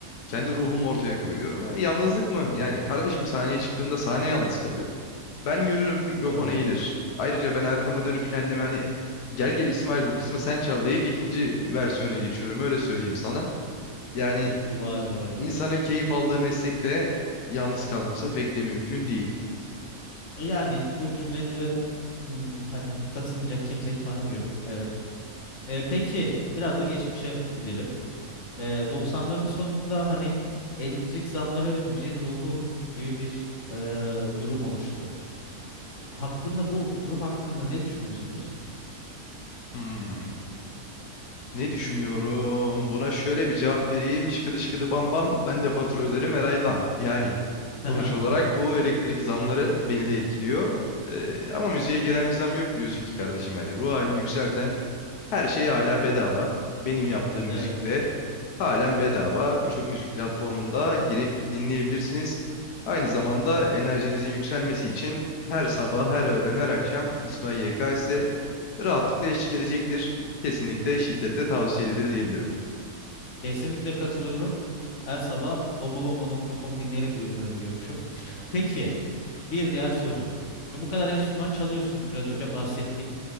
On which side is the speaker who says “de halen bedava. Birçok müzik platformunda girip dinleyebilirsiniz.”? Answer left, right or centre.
Left